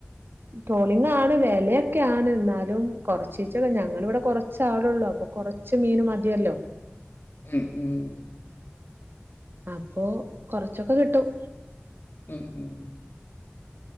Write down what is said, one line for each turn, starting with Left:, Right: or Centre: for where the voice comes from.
Right: ട്രോളിംഗ് ആണ് വില ക്കാണ് എന്നാലും കൊറച്ചിച്ചക്കെ ഞങ്ങളിവിടെ കൊറച്ച ആളുള്ളൂ അപ്പൊ കൊറച്ച് മീന് മതിയല്ലോ
Left: ഉം ഉം
Right: അപ്പൊ കൊറച്ചൊക്കെ കിട്ടും
Left: ഉം ഉം